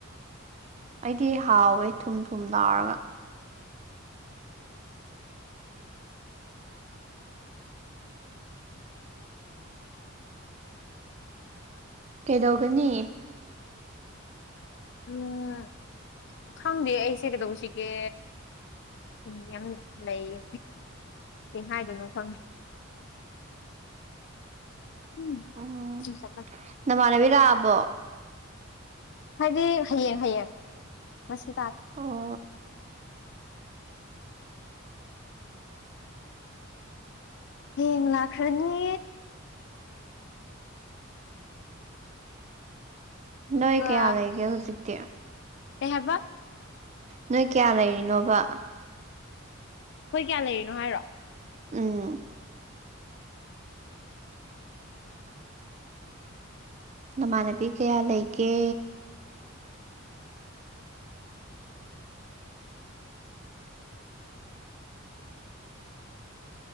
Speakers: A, on the right; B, on the left.
A: ꯑꯩꯗꯤ ꯍꯥꯎꯋꯦ ꯊꯨꯝ ꯊꯨꯝ ꯂꯥꯎꯔꯒ ꯀꯩꯗꯧꯒꯅꯤ
B: ꯎꯝ ꯈꯪꯗꯦ ꯑꯩꯁꯦ ꯀꯩꯗꯧꯁꯤꯒꯦ ꯈꯨꯟ ꯌꯥꯝ ꯂꯩꯌꯦ ꯀꯩ ꯍꯥꯏꯗꯣꯏꯅꯣ ꯈꯪ <unintelligible>
A: ꯎꯝ ꯅꯃꯥꯟꯅꯕꯤ ꯂꯥꯛꯑꯕꯣ
B: ꯍꯥꯏꯗꯤ ꯍꯌꯦꯡ ꯍꯌꯦꯡ ꯉꯁꯤ ꯇꯥꯗ꯭ꯔꯦ
A: ꯑꯣ
B: ꯍꯌꯦꯡ ꯂꯥꯛꯈ꯭ꯔꯅꯤ ꯑꯗꯨꯒ
A: ꯅꯣꯏ ꯀꯌꯥ ꯂꯩꯒꯦ ꯍꯧꯖꯤꯛꯇꯤ
B: ꯀꯩ ꯍꯥꯏꯕ
A: ꯅꯣꯏ ꯀꯌꯥ ꯂꯩꯔꯤꯅꯣꯕ
B: ꯑꯩꯈꯣꯏ ꯀꯌꯥ ꯂꯩꯔꯤꯅꯣ ꯍꯥꯏꯔꯣ
A: ꯎꯝ ꯅꯃꯥꯟꯅꯕꯤ ꯀꯌꯥ ꯂꯩꯒꯦ